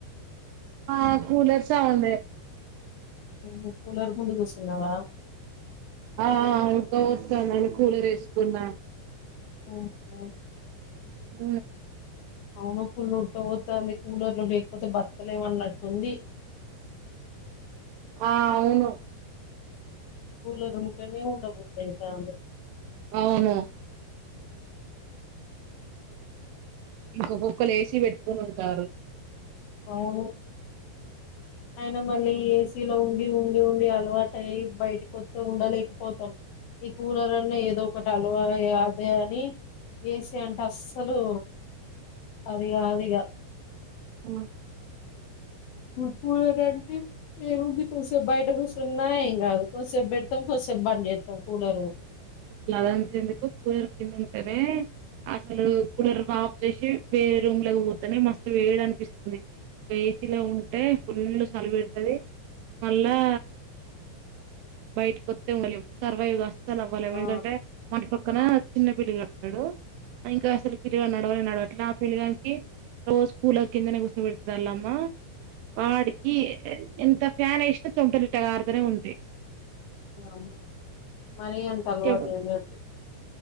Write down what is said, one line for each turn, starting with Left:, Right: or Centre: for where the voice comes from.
Right: ఆ కూలర్ సౌండే
Left: ఎందుకే కూలరు ముందుకుసున్నావా
Right: ఆ ఆ ఉడుకపోతాది అని కూలర్ ఏసుకున్న
Left: ఓహొ
Right: హ
Left: అవును ఫుల్ ఉడకబతుంది కూలర్లు లేకపోతే బతకలేమన్నట్టుంది
Right: ఆ అవును
Left: కూలర్ ఉంటేనే ఉండబుద్ధి అయిటంది
Right: అవును ఇంక్కొక్కరు ఏసీ పెట్టుకుని ఉంటారు
Left: అవును ఆయన మళ్ళీ ఏసీలో ఉండి ఉండి ఉండి అలవాటు అయ్య బయటికి వస్తే ఉండలేకపోతాం ఈ కూలర్ అన ఏదో ఒకటిలో అదే అని ఏసీ అంటే అస్సలు అదిగాదిగా
Right: ఆ
Left: కూలర్ అంటే ఏ ఉంది కొదిసేపు బయట కూసున్న ఏం కాదు కొదిసేపు పెడతాం కోసేపు బం చేస్తాం కూలరు
Right: అసలు అదంత ఎందుకు కూలర్ కింద ఉంటద అసలు కూలర్ ఆఫ్ చేసి వేరే రూమ్ లోకి పోతేనే మస్తు వేడీ అనిపిస్తుంది ఏసీ లో ఉంటే ఫుల్ సలి పెడుతుది మళ్ళా బయటకి వత్తే ఉండాలాం సర్వైవ్ అస్సలు అవ్వలేం
Left: ఆ
Right: ఎందుకంటే మన పక్క ఒకన చిన్న పిలగాడు ఉంట్టాడు ఇంకా అసలు పిలిగాని నడవని నడవట్లే ఆ పిలిగానికి రోజు కూలర్ కిందనే కుసబడతారలమ్మా వాడికి ఎంత ఫ్యాన్ వేసినా చెమటలు గారుతనే ఉంటే
Left: అ మరి అంత అలవాటు
Right: ఆ
Left: చేయొద్దు